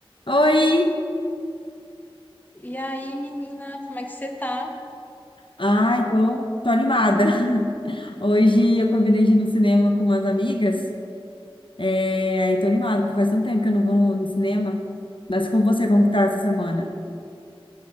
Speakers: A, on the left; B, on the left.
A: Oi!
B: E aí, menina, como é que você tá?
A: Ai, tô, tô animada. <laughs> Hoje eu combinei de ir no cinema com umas amigas. É, aí tô animada, porque faz tanto tempo que eu não vou no cinema. Mas com você, como que tá essa semana?